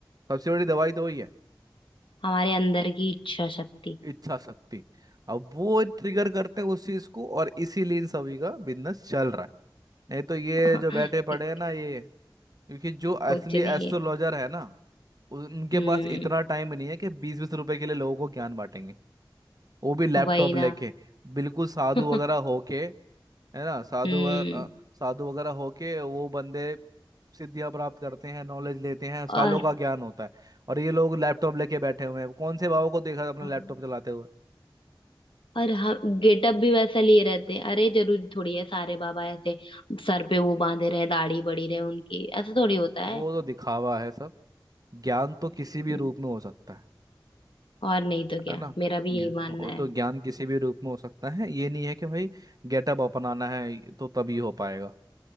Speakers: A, on the right; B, on the left.
A: सबसे बड़ी दवाई तो वही है
B: हमारे अंदर की इच्छा शक्ति
A: इच्छा शक्ति अब वो ट्रिगर करते हैं उस चीज को और इसीलिए इन सभी का बिजनेस चल रहा है नहीं तो ये
B: <laughs>
A: जो बैठे पड़े
B: एग्जैक्टली
A: हैं ना ये क्योंकि
B: exactly,
A: जो
B: कुछ
A: असली
B: नहीं
A: एस्ट्रोलॉजर
B: है
A: है ना उनके
B: हम्म
A: पास इतना टाइम नहीं है कि बीस बीस रुपए के लिए लोगों को ज्ञान बांटेंगे वो भी लैपटॉप
B: वही ना
A: लेके बिल्कुल साधु
B: <laughs>
A: वगैरह होके है ना साधु
B: हम्म
A: वगैरह साधु वगैरह होके वो बंदे सिद्धियां प्राप्त करते हैं नॉलेज लेते हैं सालों
B: और
A: का ज्ञान होता है और ये लोग लैपटॉप लेके बैठे हुए हैं कौन से बाबा को देखा अपने
B: हम्म।
A: लैपटॉप चलाते हुए
B: और हम गेटअप भी वैसा लिए रहते हैं अरे जरूरी थोड़ी है सारे बाबा ऐसे सर पे वो बांधे रहे दाढ़ी बड़ी रहे उनकी ऐसा थोड़ी होता है
A: वो तो दिखावा है सब ज्ञान तो
B: हम्म
A: किसी भी रूप में हो सकता है
B: और नहीं तो क्या
A: है ना
B: मेरा भी
A: ज्ञान-
B: यही मानना
A: वो
B: है
A: तो ज्ञान किसी भी रूप में हो सकता है ये नहीं है कि भाई गेटअप अपनाना है तो तभी हो पाएगा